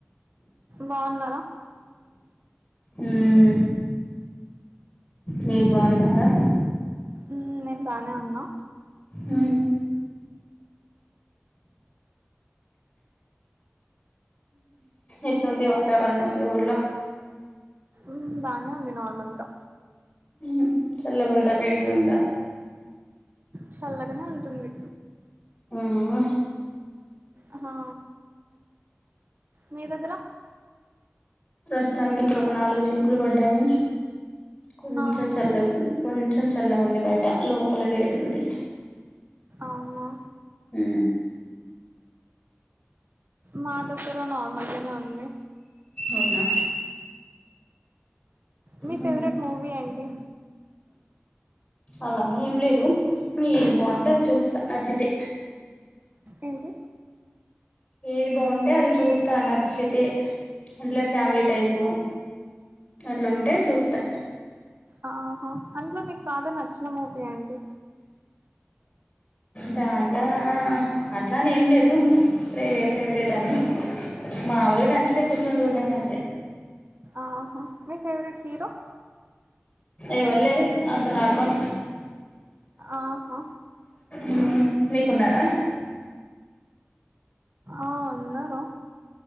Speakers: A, on the right; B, on the left.
A: బాగున్నార
B: ఊ మీరు బాగున్నారా
A: ఊ నేను బానే ఉన్నా
B: ఊ ఎట్లుంది వాతావరణ మీ ఊళ్ళో
A: ఊ బానే ఉంది నార్మల్గా
B: ఆ చల్ల గుందా వేడిగుందా
A: చల్లగనే ఉం టుంది
B: మ్మ్
A: ఆహా మీ దగ్గర
B: ప్రస్తుతానికి ఇప్పుడు ఒక నాలుగు చినుకులు పడ్డాయి కొంచెం
A: ఆహా
B: చలగుంది కొంచెం చల్ల ఉంది బయట లోపల వేడుంది
A: అవునా
B: ఊ
A: మా దగ్గర నార్మల్గనే ఉంది
B: అవునా
A: మీ
B: మ్మ్.
A: ఫేవరెట్ మూవీ ఏంటీ
B: అలానే ఏం లేదు ఏది బాగుంటే అది చూస్తా నచ్చితే
A: ఏంటి
B: ఏది బాగుంటే అది చూస్తా నచ్చితే అట్లే ఫ్యామిలీ టైపు అట్లా ఉంటే చూస్తా
A: ఆహా అందులో మీకు బాగా నచ్చిన మూవీ ఏంటీ
B: దాన్లా హట్ అట్లనీ ఏం లేదు ప్రె ఫేవరెట్ అని మామూలుగా నచ్చితే కూర్చొని చూడ్డం అంతె
A: ఆహ మీ ఫేవరెట్ హీరో
B: ఎవరు లేరు అంత నార్మల్
A: ఆహా
B: ఊ మీకున్నారా
A: ఆ వున్నారు